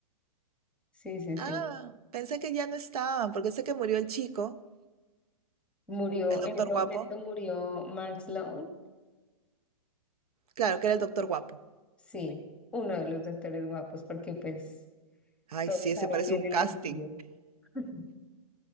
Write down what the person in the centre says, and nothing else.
Sí, sí,
sí.
Murió,
en ese
momento murió Max Lone,
sí, uno de los doctores guapos, porque pues
todos
ahí tienen
los suyos. <laughs>